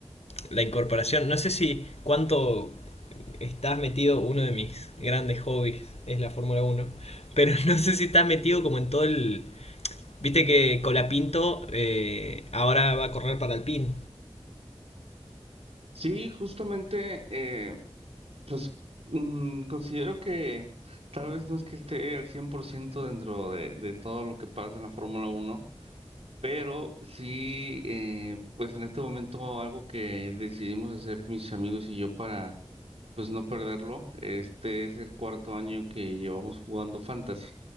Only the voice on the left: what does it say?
la incorporación? No sé si cuánto estás metido, uno de mis grandes hobbies es la Fórmula Uno, pero <laughs> no sé si estás metido como en todo el... Viste que Colapinto eh, ahora va a correr para Alpine.